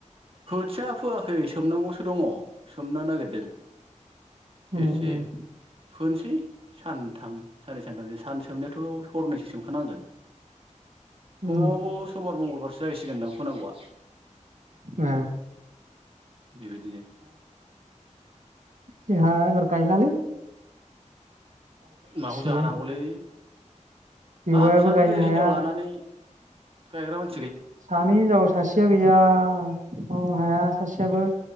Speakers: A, on the right (about 45°); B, on the right (about 70°).
A: खोथिया फोआखै सोमनांगौसो दङ। सोमनो नागिरदों
B: उम
A: एसे
B: उम
A: फोनसै सानथाम साननै सानथामसो सान सोमनोथ' हरनैसो सोमखानांगोन। <unintelligible>
B: उम
A: समबार मंगल जाहैसिगोनदां फोनांगौआ।
B: आ
A: बेबायदिनो।
B: जोहा एबार गायला लै।
A: <inaudible> माखौ जानांगौलै?
B: गैया बेवायाबो
A: हाब सानै
B: गायनो
A: गोजो हिनजाव
B: हाया
A: लानानै गायग्रा मान
B: सानै हिनजाव सासेया गैया मावनो हाया सासे बिसाबो